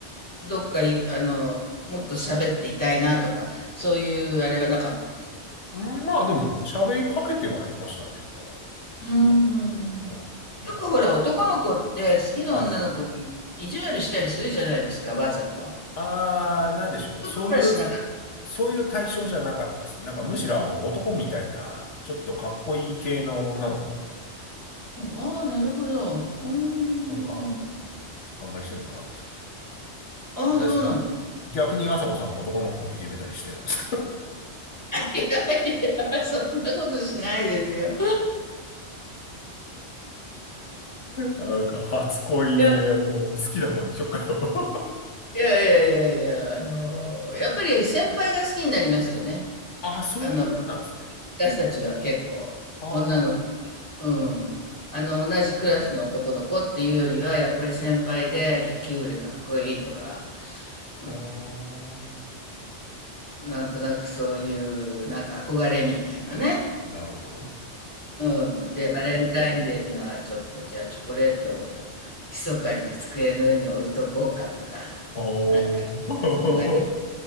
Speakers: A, on the left; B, on the left.
A: どっかい、あの、もっと喋っていたいなとか、そういうあれはなかった。
B: うんまあでも、喋りかけてはいましたね、だから。う
A: うーん。
B: んなんか、
A: よくほら、男の子って好きな女の子に意地悪したりするじゃないですか、
B: はい。
A: わざと。
B: あー、
A: そ
B: なんでしょう。
A: ういうことはしなかった。
B: そういう、そういう対象じゃなかったですね。なんかむしろあの男みたいな、ちょっとかっこいい系の女の子だったんで。
A: ああ、ああ、なるほど。うーん。
B: なんか、あのあんまりそういうのなかったですね。
A: ああ、
B: あれですか
A: そうなんだ。<laughs>
B: 逆に朝子さんは男の子をいじめたりしてたんですか
A: いやいや、そんなことしないですよ。
B: なんか、初恋で、
A: いや、い
B: こう、好きな子にしょっかよ。<laughs>
A: やいやいやいや、あのーやっぱり先輩が好きになりますよね。
B: あ、そういうもんなんですね。
A: あの、私たちは結構、
B: はあ、
A: 女の子、うん。
B: なるほど。
A: あの、同じクラスの男の子っていうよりは、やっぱり先輩で野球部でかっこいいとか、うん、
B: あ
A: なんとなくそういうなんか憧れみたいなね。
B: あ、なるほど。
A: うん。で、バレンタインデーにはちょっとじゃあチョコレートを密かに机の上に置いとこうかとか、
B: <laughs> ああ、
A: なんかそんな